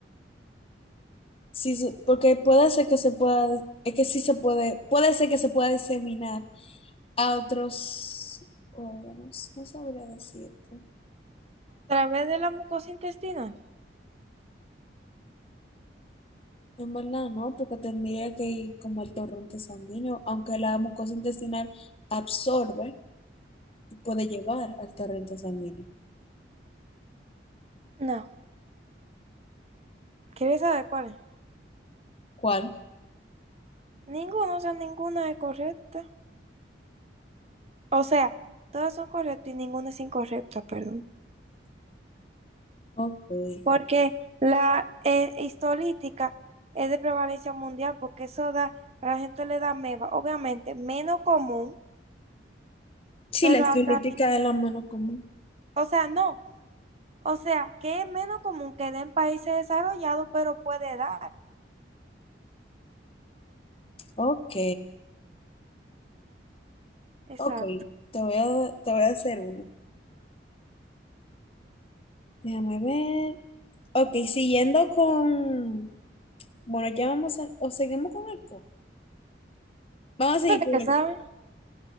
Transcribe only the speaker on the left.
Sí, se- porque puede ser que se pueda, es que sí se puede, puede ser que se pueda diseminar a otros órganos. No sabría decirte.
En verdad no, porque tendría que ir como al torrente sanguíneo, aunque la mucosa intestinal absorbe y puede llevar al torrente sanguíneo.
¿Cuál?
Ok.
Sí,
la estilítica
es la menos común.
Ok.
Ok, te voy a, te voy a hacer uno. Déjame ver. Ok, siguiendo con... Bueno, ya vamos a... O seguimos con el co. Vamos a seguir
con
el
co.